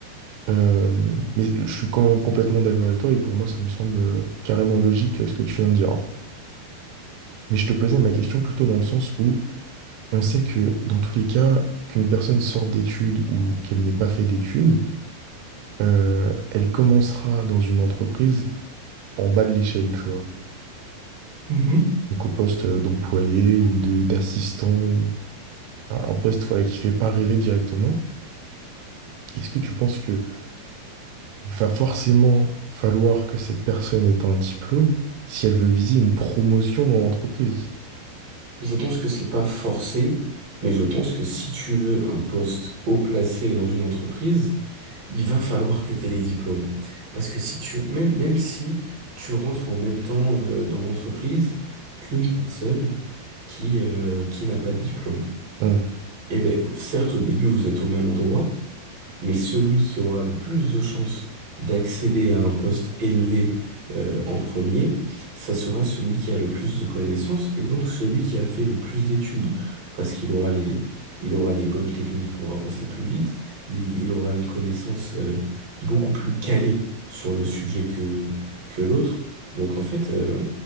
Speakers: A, on the right; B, on the right.
A: Euh, mais je suis com- complètement d'accord avec toi et pour moi, ça me semble carrément logique euh, ce que tu viens de dire. Mais je te posais ma question plutôt dans le sens où on sait que dans tous les cas, qu'une personne sorte d'études ou qu'elle n'ait pas fait d'études, euh, elle commencera dans une entreprise en bas de l'échelle, tu vois.
B: Mhm.
A: Donc au poste d'employé ou de- d'assistant, ou un un poste voilà, qui fait pas rêver directement. Est-ce que tu penses que va forcément falloir que cette personne ait un diplôme si elle veut viser une promotion dans l'entreprise.
B: Je pense que c'est pas forcé, mais je pense que si tu veux un poste haut placé dans une entreprise, il va falloir que tu aies les diplômes. Parce que si tu, même, même si tu rentres en même temps euh, dans l'entreprise qu'une personne qui, euh, qui n'a pas de diplôme,
A: Bon,
B: eh ben, certes, au début, vous êtes au même endroit, mais celui qui aura le plus de chances d'accéder à un poste élevé euh, en premier, ça sera celui qui a le plus de connaissances et donc celui qui a fait le plus d'études, parce qu'il aura les, il aura les bonnes techniques pour avancer plus vite, il, il aura une connaissance euh, beaucoup plus calée sur le sujet que, que l'autre. Donc en fait, euh,